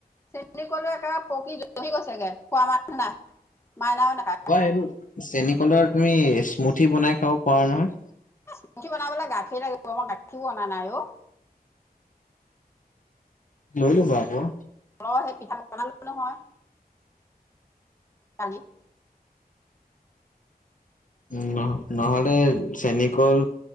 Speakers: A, on the left (about 15°); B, on the left (about 55°).
A: চেম কলো পকী জি গৈছেগে খোৱা মানুহ নাই মাইনাও নাই।
B: হবা এইটো চেন কলৰ তুমি স্মুথি বনাই খাব পাৰা নহয়।
A: স্মুথি বনাবলে গাখীৰ লাগিব মই গাখীৰও অনা নাই অ।
B: লৈ লবা ক।
A: অলপ সেই পিঠা বনালোঁ নহয়। কালি।
B: উম নহলে চেনী কল।